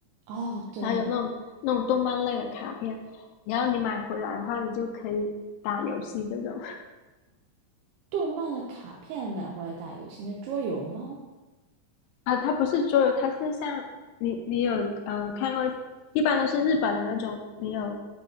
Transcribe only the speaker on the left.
它有那种那种动漫类的卡片，然后你买回来的话，你就可以打游戏这种。
啊，它不是桌游，它是像你你有呃看过，一般都是日本的那种，你有，